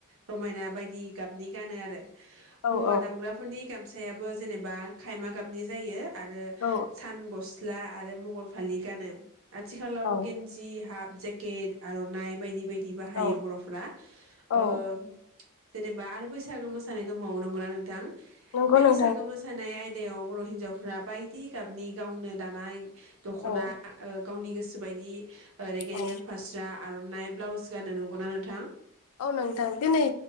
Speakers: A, on the right; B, on the left.
A: रमायना बायदि गाबनि गानो आरो ।
B: औ
A: हौवा
B: औ
A: दामग्राफोरनि गाम सायाबो जेनेबा खायमा गाबनि जायो । आरो
B: औ
A: सान गस्ला आरो मगर फालि गानो । आथिखालाव
B: औ
A: गेन्जि हाब जेकेट आर'नाइ बायदि बायदि बाहायो
B: औ
A: बर'फोरा
B: औ
A: ओ जेनेबा आरो बैसागो मोसानाय दंबावो नंगौना नोंथां?
B: नंगौ
A: बे
B: नों
A: बैसागो मोसानाय आय दायाव बर' हिन्जावफ्रा बायदि गाबनि गावनो दानाय दख'ना
B: औ
A: ओ गावनि गोसोबायदि ओ रेगें
B: औ
A: रेगें फास्रा आरन नाय ब्लाउस गाननो नंगौना नोंथां?
B: औ नोंथां दिनैे